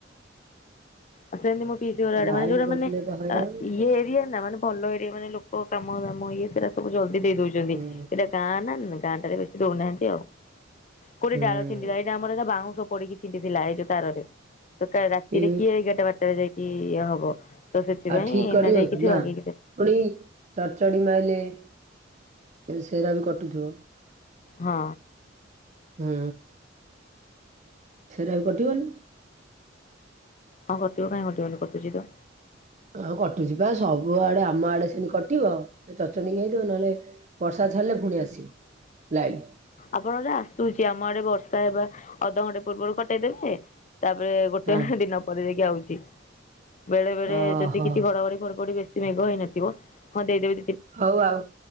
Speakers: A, on the left; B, on the right.
A: ଆପର ନିମ ଫିଚର୍ ଆଡଭାନସ୍
B: ଲାଇନ
A: ଯୋଉଟା
B: କଟିଲେ
A: ମାନେ
B: ତ ହଇରାଣ
A: ଆ ଇଏ ଏରିଆ ନା ମାନେ ଭଲ ଏରିଆ ମାନେ ଲୋକ କାମ ଦାମ ଇଏ। ସେଇଟା ସବୁ ଜଲଦି ଦେଇ ଦଉଚନ୍ତି।
B: ହୁଁ
A: ଏଇଟା ଗାଁ ନା ଗାଁ ଟାରେ ବେଶୀ ଦଉନାହାନ୍ତି ଆଉ। କୋଉଠେ
B: ହୁଁ
A: ଡାଳ ଛିଣ୍ଡିଲା ଏଇଟା ଆମର ନା ବାଉଁଶ ପଡିକି ଛିଣ୍ଡି ଥିଲା ଏଇ ଯୋଉ ତାରରେ। ତ କାଲ୍ ରାତିରେ
B: ଏ
A: କିଏ ଏଗାରଟା ବାରଟାରେ ଯାଇକି ଇଏ ହବ। ତ ସେଥିପାଇଁ
B: ଆଉ ଠିକ
A: ଏଇନା
B: କରିବକି
A: ଯାଇକି ସେ
B: ନା
A: ବାଗେଇକି ଦେ
B: ପୁଣି ଏଇ ଚଡ଼ଚଡି ମାଇଲେ ଏବେ ସେରା ବି କଟୁଥିବ।
A: ହଁ।
B: ହୁଁ ସେଟା ବି କଟିବନି।
A: ହଁ କଟିବ ନା କଟିବନି କଟୁଚି ତ?
B: ହଁ କଟୁଚି ବା ସବୁ ଆଡେ ଆମ ଆଡେ ସେମତି କଟିବ ଯଦି ଚଚଣ୍ଡିଙ୍ଗ୍ ହେଇଥିବ ନହେଲେ ବର୍ଷା ସଝାଲେ ପୁଣି ଆସିବ ଲାଇନ୍।
A: ଆପଣଟେ ଆସୁଚି ଆମ ଆଡେ ବର୍ଷା ହେବା ଅଧଘଣ୍ଟେ ପୂର୍ବରୁ କଟେଇଦେବେ। ତାପରେ ଗୋଟେ
B: ହଁ
A: ହାଣ୍ଡି ନପରେ ଯାଇକି ଆଉଚି ବେଳେ ବେଳେ
B: ଓହୋ
A: ଯଦି କିଛି ଘଡଘଡି ଫଡଘଡି ବେଶ୍ ମେଘ ହେଇନଥିବ ହଁ ଦେଇଦେବି।
B: ହଉ ଆଉ